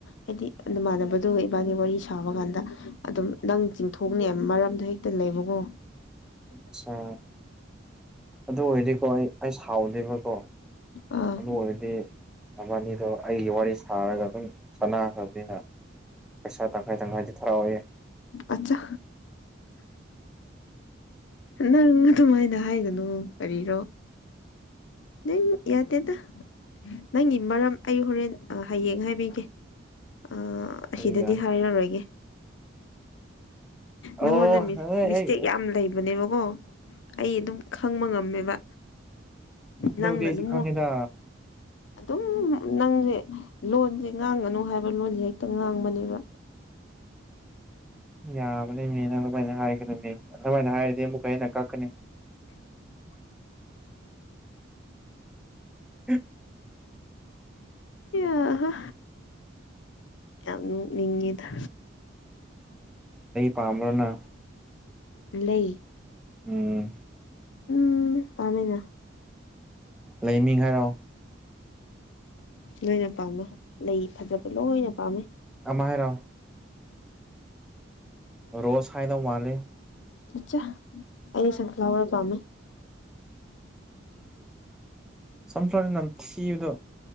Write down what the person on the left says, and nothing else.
ꯍꯥꯏꯗꯤꯃꯥꯟꯅꯕꯗꯨꯒ ꯏꯕꯥꯅꯤ ꯋꯥꯔꯤ ꯁꯥꯕ ꯀꯥꯟꯗ ꯑꯗꯨꯝ ꯅꯪ ꯆꯤꯡꯊꯣꯛꯅꯦꯕ ꯃꯔꯝꯗꯣ ꯍꯦꯛꯇ ꯂꯩꯕꯀꯣ
ꯑꯥ
ꯑꯆꯥ ꯅꯪ ꯑꯗꯨꯃꯥꯏꯅ ꯍꯥꯏꯒꯅꯨ ꯀꯔꯤꯔꯣ ꯅ ꯌꯥꯗꯦꯗ ꯅꯪꯒꯤ ꯃꯔꯝ ꯑꯩ ꯍꯣꯔꯦꯟ ꯍꯌꯦꯡ ꯍꯥꯏꯕꯤꯒꯦ ꯑ ꯑꯁꯤꯗꯗꯤ
ꯍꯥꯏꯔꯔꯣꯏꯒꯦ
ꯅꯪꯉꯣꯟꯗ ꯃꯤꯁ
ꯃꯤꯁꯇꯦꯛ ꯌꯥꯝ ꯂꯩꯕꯅꯦꯕ ꯑꯣ ꯑꯩ ꯑꯗꯨꯝ ꯈꯪꯕ ꯉꯝꯃꯦꯕ
ꯅꯪꯅ
ꯑꯗꯨ
ꯑꯗꯨꯝ ꯅꯪꯁꯦ ꯂꯣꯟꯁꯦ ꯉꯥꯡꯒꯅꯨ ꯍꯥꯏꯕ ꯂꯣꯟꯁꯦ ꯍꯦꯛꯇ ꯉꯥꯡꯕꯅꯦꯕ
ꯑꯁ ꯌꯥꯝ ꯅꯣꯛꯅꯤꯡꯉꯤꯗ
ꯂꯩ
ꯎꯝ ꯄꯝꯃꯦꯅꯥ
ꯂꯣꯏꯅ ꯄꯥꯝꯃꯦ ꯂꯩ ꯐꯖꯕ ꯂꯣꯏꯅ ꯄꯥꯝꯃꯦ
ꯆꯥ ꯑꯩ ꯁꯟ ꯐ꯭ꯂꯋꯔ ꯄꯥꯝꯃꯦ